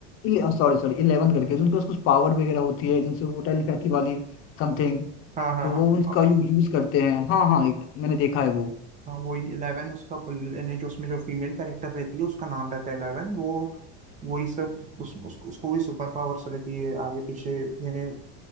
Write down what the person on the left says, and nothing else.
है सॉरी सॉरी इलेवन करके जो उनके पास कुछ पावर वगैरह होती है जिनसे वो टेलीपैथी वाली समथिंग
तो
वो उनका यूज करते हैं हाँ हाँ एक- मैंने देखा है वो